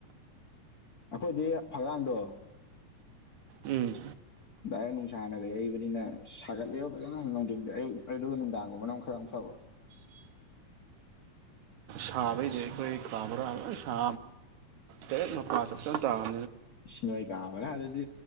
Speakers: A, on the left; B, on the right.
A: ꯑꯩꯈꯣꯏꯗꯤ ꯐꯛꯂꯥꯡꯗꯣ
B: ꯎꯝ
A: ꯗꯥꯏꯔꯦꯛ ꯅꯨꯡꯁꯥꯅꯒ ꯌꯩꯕꯅꯤꯅ ꯁꯥꯒꯠꯂꯛꯕ ꯐꯖꯅ ꯅꯨꯡꯊꯤꯡꯗ ꯑꯌꯨꯛ ꯑꯗꯨꯒ ꯅꯨꯡꯗꯥꯡꯒꯨꯝꯕꯅ ꯑꯃ ꯈꯔ ꯐꯥꯕ
B: ꯁꯥꯕꯩꯗꯤ ꯑꯩꯈꯣꯏ ꯄꯕ꯭ꯔ ꯁꯥ ꯇ ꯃꯄꯥꯥ ꯆꯞ ꯆ ꯇꯥꯡ
A: ꯏꯣꯏ ꯀꯕ ꯍꯥꯏꯗꯤ